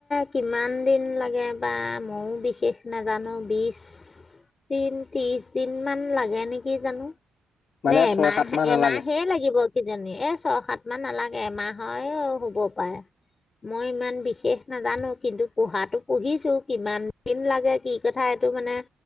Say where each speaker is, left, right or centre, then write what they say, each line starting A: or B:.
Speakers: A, on the left (about 25°); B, on the left (about 55°).
A: কিমান দিন লাগে বা ময়ো বিশেষ নাজানো বিশ দিন, ত্ৰিশ দিন মান লাগে নেকি জানো।
B: মানে
A: নে
B: ছয়
A: এমাহ
B: সাত মাহ নালাগে
A: এমাহে লাগিব কিজনী এ ছয়, সাত ইমান নালাগে এমাহয়ে হ'ব পায়ে। মই ইমান বিশেষ নাজানো কিন্তু পঢ়াতো পঢ়িছো, কিমান দিন লাগে কি কথা এইটো মানে